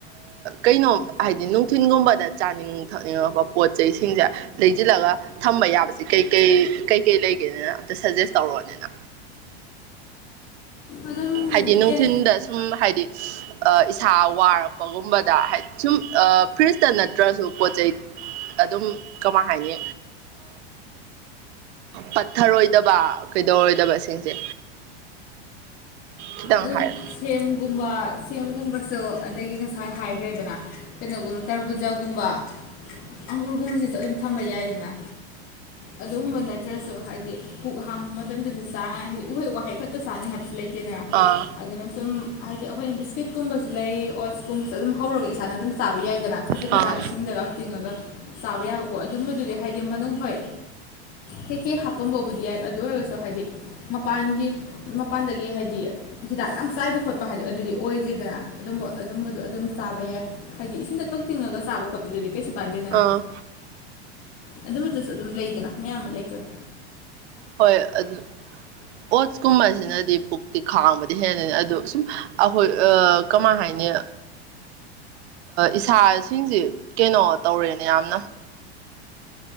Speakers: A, on the right (about 70°); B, on the left (about 40°).
A: ꯀꯩꯅꯣꯝ ꯍꯥꯏꯗꯤ ꯅꯨꯡꯊꯤꯤꯟꯒꯨꯝꯕꯗ ꯆꯥꯅꯤꯡ ꯊꯛꯅꯤꯡꯉꯛꯄ ꯄꯣꯠ ꯆꯩꯁꯤꯡꯁꯦ ꯂꯩꯁꯤꯜꯂꯒ ꯊꯝꯕ ꯌꯥꯕꯁꯤ ꯀꯩꯀꯩ ꯀꯩꯀꯩ ꯂꯩꯒꯦꯅꯤꯅ ꯑꯝꯇ ꯁꯖꯦꯁ ꯇꯧꯔꯛꯑꯣꯅꯤꯅ
B: ꯑꯗꯨꯝ
A: ꯍꯥꯏꯗꯤ ꯅꯨꯡꯊꯤꯟꯗ
B: ꯀꯩ
A: ꯁꯨꯝ ꯍꯥꯏꯗꯤ ꯍꯥꯏꯗꯤ ꯏꯁꯥ ꯋꯥꯔꯛꯄꯒꯨꯝꯕꯗ ꯍꯥꯏꯗꯤ ꯁꯨꯝ ꯐ꯭ꯔꯤꯖꯇ ꯅꯠꯇ꯭ꯔꯁꯨ ꯄꯣꯠ ꯆꯩ ꯑꯗꯨꯝ ꯀꯃꯥꯏ ꯍꯥꯏꯅꯤ ꯄꯠꯊꯔꯣꯏꯗꯕ ꯀꯩꯗꯧꯔꯣꯏꯗꯕꯁꯤꯡꯁꯦ ꯈꯤꯇꯪ
B: ꯑꯗꯨꯝ
A: ꯍꯥꯏꯔ
B: ꯁꯦꯝꯒꯨꯝꯕ ꯁꯦꯝꯒꯨꯝꯕꯁꯨ ꯑꯗꯒꯤ ꯉꯁꯥꯏ ꯍꯥꯏꯈ꯭ꯔꯦꯗꯅ ꯀꯩꯅꯣꯒꯨꯝꯕ ꯇꯔꯕꯨꯖꯥꯒꯨꯝꯕ ꯑꯪꯒꯨꯔꯒꯨꯝꯕꯁꯤꯁꯨ ꯑꯗꯨꯝ ꯊꯝꯕ ꯌꯥꯏꯗꯅ ꯑꯗꯨꯒꯨꯝꯕ ꯅꯠꯇ꯭ꯔꯁꯨ ꯍꯥꯏꯗꯤ ꯄꯨꯛ ꯍꯥꯡꯕ ꯃꯇꯝꯗꯁꯨ ꯆꯥꯡꯉ ꯍꯥꯏ ꯎꯍꯩ ꯋꯥꯍꯩ ꯈꯛꯇ ꯁꯥꯥꯅꯤ ꯍꯥꯏꯕꯕꯁꯤ ꯂꯩꯇꯦꯗꯅ
A: ꯑꯥ
B: ꯑꯗꯨꯅ ꯁꯨꯝ ꯍꯥꯏꯗꯤ ꯑꯩꯈꯣꯏꯅ ꯕꯤꯁꯀꯤꯠꯀꯨꯝꯕꯁꯨ ꯂꯩ ꯑꯣꯠꯁꯀꯨꯝꯕꯁꯨ ꯑꯗꯨꯝ ꯍꯧꯔꯒ ꯏꯁꯥꯅ ꯑꯗꯨꯝ ꯆꯥꯕ ꯌꯥꯏꯗꯅ ꯈꯖꯤꯛ
A: ꯑꯥ
B: ꯈꯖꯛ ꯏꯁꯤꯡꯗꯒ ꯇꯤꯡꯉꯒ ꯆꯥꯕ ꯌꯥꯕ ꯄꯣꯠ ꯑꯗꯨꯝꯕꯗꯨꯗꯤ ꯍꯥꯏꯗꯤ ꯃꯅꯨꯡ ꯍꯣꯏ ꯍꯦꯛ ꯀꯦꯛ ꯍꯥꯄꯝꯕꯕꯨꯗꯤ ꯌꯥꯏ ꯑꯗꯨ ꯑꯣꯏꯔꯒꯁꯨ ꯍꯥꯏꯗꯤ ꯃꯄꯥꯟꯒꯤ ꯃꯄꯥꯟꯗꯒꯤ ꯍꯥꯏꯗꯤ ꯍꯤꯗꯥꯛ ꯌꯥꯝ ꯆꯥꯏꯕ ꯈꯣꯠꯄ ꯍꯥꯏꯗꯣ ꯑꯗꯨꯗꯤ ꯑꯣꯏꯗ꯭ꯔꯦꯗꯅ ꯑꯗꯨꯝꯕ ꯑꯗꯨꯝꯕꯗꯣ ꯑꯗꯨꯝ ꯆꯥꯕ ꯌꯥꯏ ꯍꯥꯏꯗꯤ ꯏꯁꯤꯡꯗ ꯀꯛ ꯇꯤꯡꯉꯒ ꯆꯥꯕ ꯈꯣꯠꯄꯗꯨꯗꯤ ꯀꯩꯁꯨ ꯀꯥꯏꯗꯦꯗꯅ
A: ꯑꯥ
B: ꯑꯗꯨꯝꯕꯗꯨꯁꯨ ꯑꯗꯨꯝ ꯂꯩꯗꯅ ꯃꯌꯥꯝ ꯑꯃ ꯂꯩꯈꯣꯏ
A: ꯍꯣꯏ ꯑꯗꯨ ꯑꯣꯠꯁꯀꯨꯝꯕꯁꯤꯅꯗꯤ ꯄꯨꯛꯇꯤ ꯈꯥꯡꯕꯗꯤ ꯍꯦꯟꯅꯅꯤ ꯑꯗꯨ ꯁꯨꯝ ꯑꯩꯈꯣꯏ ꯀꯃꯥꯏ ꯍꯥꯏꯅꯤ ꯏꯁꯥꯁꯤꯡꯁꯦ ꯀꯩꯅꯣ ꯇꯧꯔꯦꯅꯦ ꯌꯥꯝꯅ <unintelligible>